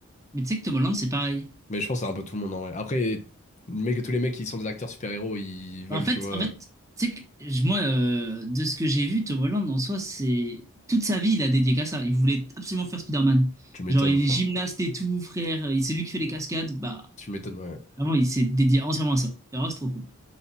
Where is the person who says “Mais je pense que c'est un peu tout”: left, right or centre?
Left